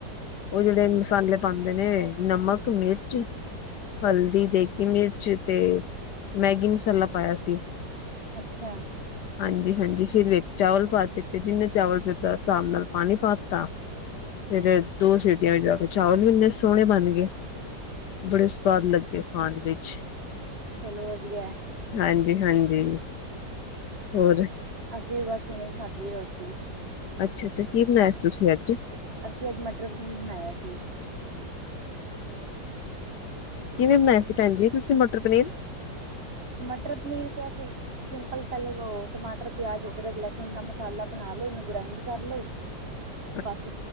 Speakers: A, on the left; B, on the right.
A: ਉਹ ਜੇਹੜੇ ਮਸਾਲੇ ਪਾਂਦੇ ਨੇ ਨਮਕ ਮਿਰਚ ਹਲਦੀ ਦੇਗੀ ਮਿਰਚ ਤੇ ਮੈਗੀ ਮਸਾਲਾ ਪਾਇਆ ਸੀ।
B: ਅੱਛਾ।
A: ਹਾਂਜੀ- ਹਾਂਜੀ ਫਿਰ ਵਿੱਚ ਚਾਵਲ ਪਾ ਦਿੱਤੇ ਜਿੰਹਨੇ ਚਾਵਲ ਸੀ ੳਸ ਹਿਸਾਬ ਨਾਲ ਪਾਨੀ ਪਾ ਤਾ। ਫਿਰ ਦੋ ਸੀਟੀਆਂ ਵਿੱਚ ਜਾ ਕੇ ਚਾਵਲ ਵੀ ਇੰਨੇ ਸੋਹਣੇ ਬਣ ਗਏ ਬੜੇ ਸੁਆਦ ਲੱਗੇ ਖਾਣ ਵਿੱਚ।
B: ਚਲੋ ਵਧੀਆ
A: ਹਾਂਜੀ- ਹਾਂਜੀ। ਹੋਰ
B: ਅਸੀਂ ਵੀ ਬਸ ਹੁਣੇ ਈ ਖਾਧੀ ਏ ਰੋਟੀ।
A: ਅੱਛਾ- ਅੱਛਾ ਕੀ ਬਨਾਇਆ ਸੀ ਤੁਸੀਂ ਅੱਜ
B: ਅਸੀਂ ਅੱਜ ਮਟਰ ਪਨੀਰ ਬਨਾਇਆ ਸੀ।
A: ਕਿਵੇਂ ਬਨਾਇਆ ਸੀ ਭੈਨ ਜੀ ਤੁਸੀਂ ਮਟਰ ਪਨੀਰ
B: ਮਟਰ ਪਨੀਰ ਤੇ ਅੇ <unintelligible> ਸਿੰਪਲ ਪਹਿਲੇ ਵ ਟਮਾਟਰ ਪਿਆਜ ਅਦਰਕ ਲਸਨ ਦਾ ਮਸਾਲਾ ਬਨਾ ਲੋ ਉਹਨੂੰ ਗ੍ਰਾਇੰਡ ਕਰ ਲੋ
A: <inaudible> <inaudible>
B: ਬਸ